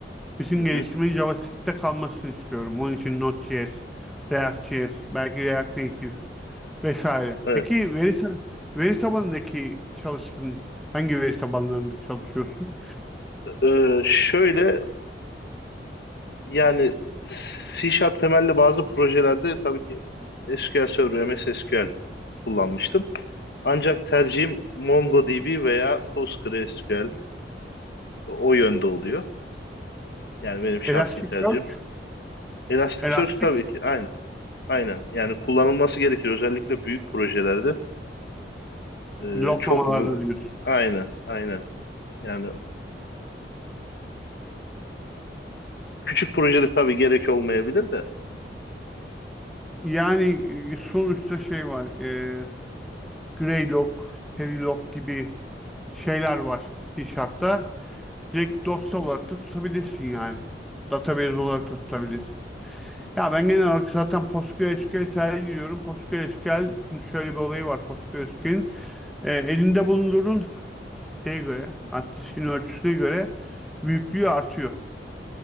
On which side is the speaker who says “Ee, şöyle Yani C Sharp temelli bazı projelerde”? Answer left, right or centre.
Left